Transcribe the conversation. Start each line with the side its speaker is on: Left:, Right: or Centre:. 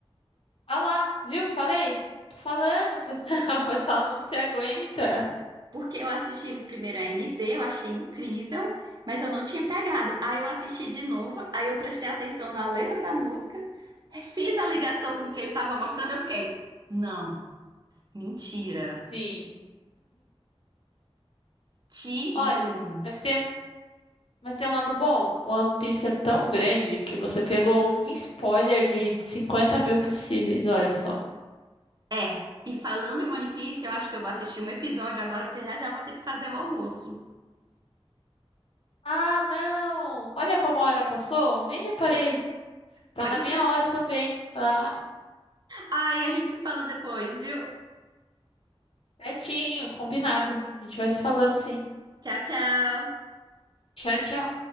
Left: Ah lá, viu? Falei, tô falando, o pessoal <laughs> o pessoal não se aguenta.
Right: Porque eu assisti o primeiro AMV, eu achei incrível, mas eu não tinha pegado. Aí eu assisti de novo, aí eu prestei atenção na letra da música, fiz a ligação com o que ele tava mostrando, eu fiquei, não, mentira,
Left: Sim.
Right: te
Left: Olha,
Right: juro.
Left: mas tem um, mas tem um lado bom. O One Piece é tão grande que você pegou um spoiler de 50 mil possíveis, olha só.
Right: É, e falando em One Piece, eu acho que eu vou assistir um episódio agora, porque já já vou ter que fazer o almoço.
Left: Ah, não! Olha como a hora passou, nem reparei. Tá
Right: Pois
Left: na minha
Right: é.
Left: hora também. Tá
Right: Aí a gente se fala depois, viu?
Left: certinho, combinado. A gente vai se falando sim.
Right: Tchau, tchau.
Left: Tchau, tchau.